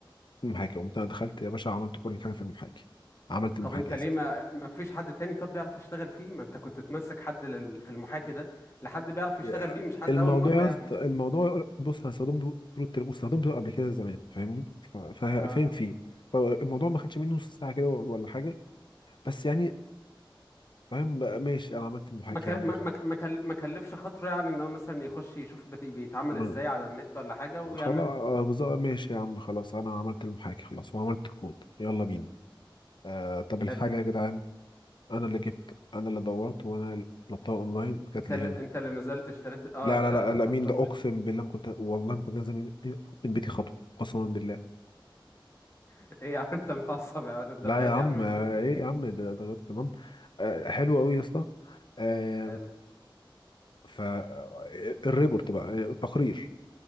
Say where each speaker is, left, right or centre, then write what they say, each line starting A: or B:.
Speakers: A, on the left; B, on the left.
A: المحاكي قمت انا دخلت يا باشا عملت كل حاجه في المحاكي عملت
B: طب
A: المحاكي
B: انت ليه
A: اساسا
B: ما ما فيش حد تاني طب بيعرف يشتغل فيه ما انت كنت تمسك حد لل... في المحاكي ده لحد بيعرف يشتغل
A: يا
B: بيه مش حد
A: الموضوع
B: اول مرة
A: يا
B: يعني
A: اسطى- الموضوع بص انا استخدمته طول الترم واستخدمته قبل كده زمان فاهمني ف- فا-
B: اه
A: فاهم فيه فالموضوع ما خدش مني نص ساعه كده ولا حاجه بس يعني فاهم بقى ماشي انا عملت المحاكي
B: ما ك...
A: يا عم
B: ما ما ما كل- ما كلفش خاطره يعني ان هو مثلا يخش يشوف بت... بيتعمل
A: مم.
B: ازاي على النت ولا حاجة ويعمله
A: خلاص آه، بالظبط ماشي يا عم خلاص انا عملت المحاكي خلاص وعملت الكود يلا بينا آه طب
B: حلو
A: الحاجه يا جدعان انا اللي جبت انا اللي دورت وانا اللي طلبتها اونلاين جات
B: انت
A: لي
B: اللي...
A: هنا
B: انت اللي نزلت اشتريت اه
A: لا
B: انت
A: لا لا لا
B: طربان
A: مين ده
B: ليه؟
A: اقسم بالله ما كنت والله ما كنت نازل من من بيتي خطوه قسما بالله
B: <laughs> ايه يا عم انت متعصب يا ولد الدرجات
A: لا يا عم
B: دي يا عم
A: آه،
B: حسين
A: ايه يا عم ده درجات تمام آه، حلو قوي يا اسطى آه،
B: حلو
A: ف آه، الريبورت بقى آه، التقرير